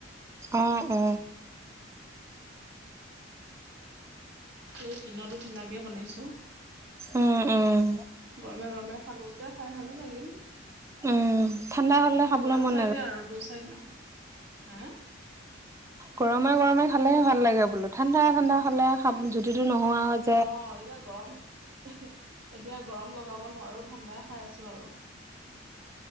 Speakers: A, on the right; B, on the right.
A: অ অ
B: এই দিনতো ঢিলাকে বনাইছো
A: উম উম
B: গৰমে গৰমে খালো খাই ভালে লাগিল
A: উম ঠাণ্ডা হলে
B: সেৱান
A: খাবলৈ মন
B: চাইডে
A: নাযায়
B: আৰু বচাই নহ হা
A: গৰমে গৰমে খালেহে ভাল লাগে বোলো ঠাণ্ডা ঠাণ্ডা খালে খ যদিটো নোহোৱা হয়
B: অ এতিয়া গৰম এতিয়া গৰম লগাব নোৱাৰো ঠাণ্ডাই খাই আছো আৰু